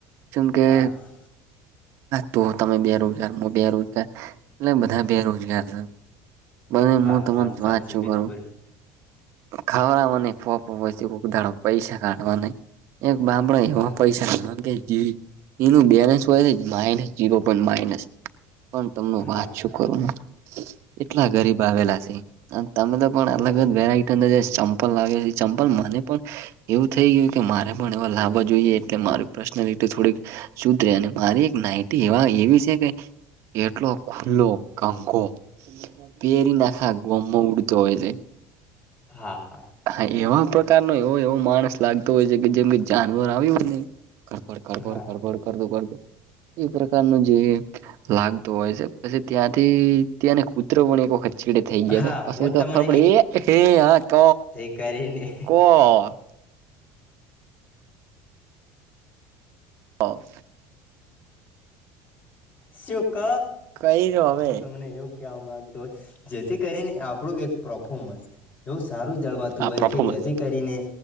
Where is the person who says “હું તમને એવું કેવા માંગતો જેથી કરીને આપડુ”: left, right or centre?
Left